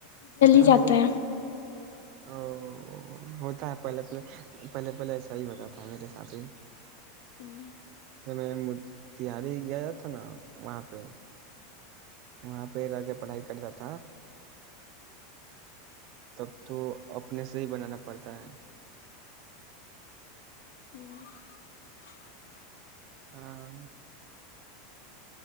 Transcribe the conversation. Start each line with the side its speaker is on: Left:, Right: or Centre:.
Left: جاتا
Right: ہم
Left: ہے
Right: او ہوتا ہے پہلے پہلے پہلے پہلےس ہی ہوتا تھا میرے ساتھ بھی
Left: <unintelligible>
Right: میں م تہاری گیا تھا نا وہاں پہ وہاں پہ رہ کے پڑھائی کرتا تھا تب تو اپنے سے ہی بنانا پڑتا ہے
Left: <unintelligible>
Right: ہاں